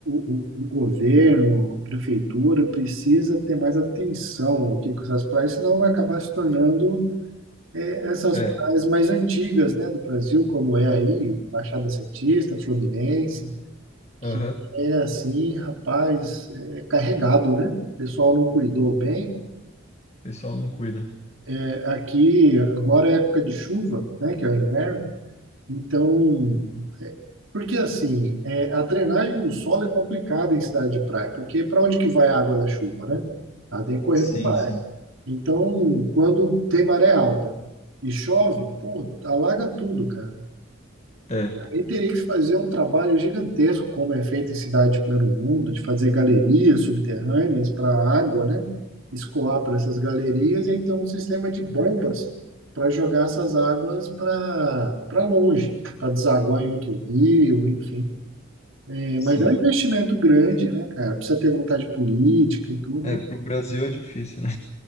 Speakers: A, on the right; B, on the left.
A: o, o o governo, a prefeitura, precisa ter mais atenção aqui com essas praias, senão vai acabar se tornando é, essas
B: É.
A: praias mais antigas, né, do Brasil, como é aí, Baixada Santista, Fluminense. que
B: Aham.
A: é assim, rapaz, é carregado, né? O pessoal não cuidou bem.
B: O pessoal não cuida.
A: É, Aqui, agora é época de chuva, né, que é o inverno. Então, porque assim, é, a drenagem do solo é complicada em cidade de praia, porque para onde que vai a água da chuva, né? Ela tem que correr
B: Sim,
A: para o mar.
B: sim.
A: Então, quando tem maré alta e chove, pô, alaga tudo, cara.
B: É,
A: Aí teria que se fazer um trabalho gigantesco, como é feito em cidades de primeiro mundo, de fazer galerias subterrâneas para a água, né? Escoar para essas galerias e aí ter um sistema de bombas para jogar essas águas para para longe, para desaguar em outro rio, enfim. É,
B: sim.
A: mas é um investimento grande, né, cara? Precisa ter vontade política e tudo.
B: É,
A: e-
B: pro Brasil é difícil, né?